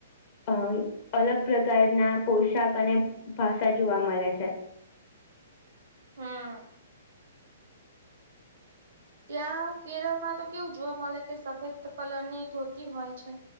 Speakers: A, on the left; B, on the right.
A: અહ અલગ પ્રકારના પોશાક અને ભાષા જોવા મલે છે.
B: હા. ત્યાં કેરળ માં તો કેવું જોવા મળે કે સફેદ કલર ની ધોતી હોય છે.